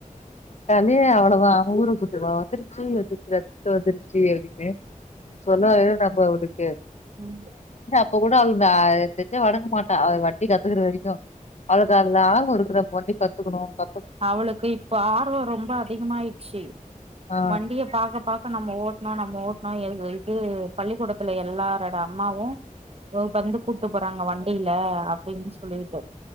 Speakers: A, on the left; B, on the right.
A: கே அவளதா ஊர கூட்டுவா அவ வந்துட்டு <unintelligible> இப்டி சொல்லாத நம்ம அவளுக்கு
B: ம்
A: இப்ப கூட அழுதா <unintelligible> எனக் தெரிஞ்சு அவ அடங்க மாட்டா அவ வட்டி கத்துக்கற வரைக்கு அவளுக் அந்த ஆர்வொ இருக் கு நம்ம வண்டி கத்துக்கணு க
B: அவளுக்கு இப்போ ஆர்வோ ரொம்ப அதிகமாய்ச்சு
A: ஆ
B: வண்டிய பாக்க பாக்க நம்ம ஓட்னு நம்ம ஓட் நா எதுக்கு வெய்டு பள்ளிக்கூடத்துல எல்லார ஏ அம்மாவு ஓ வந்து கூட்டு போறாங்க வண்டில அப்டின் சொல்லிகிட்டு